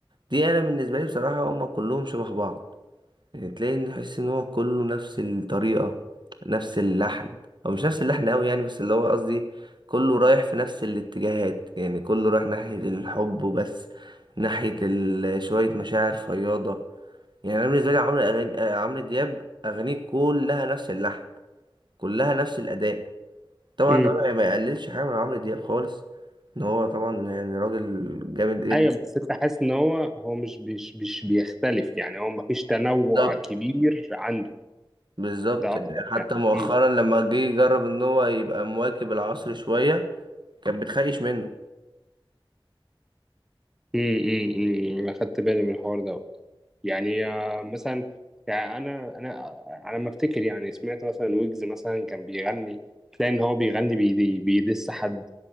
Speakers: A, on the right; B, in the centre.
A: دي انا بالنسبه لي بصراحه هم كلهم شبه بعض يعني تلاقي ان تحس ان هو كله نفس الطريقه نفس اللحن او مش نفس اللحن قوي يعني بس اللي هو قصدي كله رايح في نفس الاتجاهات يعني كله رايح ناحيه الحب وبس ناحيه ال- شويه مشاعر فياضه يعني انا بالنسبه لي عمرو أغاني... آه، عمرو دياب اغانيه كلها نفس اللحن كلها نفس الاداء طبعا
B: امم
A: ده ما ما يقللش حاجه من عمرو دياب خالص ان هو طبعا يعني راجل جامد جدا
B: ايوه بس انت حاسس ان هو هو مش مش مش بيختلف يعني هو مفيش تنوع
A: بالظبط
B: كبير عنده
A: بالظبط
B: ده قصدك
A: حتى
B: يعني
A: مؤخرا لما جه يجرب ان هو يبقى مواكب العصر شويه كان بتخيش منه
B: امم امم، امم. انا خدت بالي من الحوار ده يعني آه، مثلا يعني انا انا على ما افتكر يعني سمعت مثلا ويجز مثلا كان بيغني تلاقي ان هو بيغني بيدي بيدس حد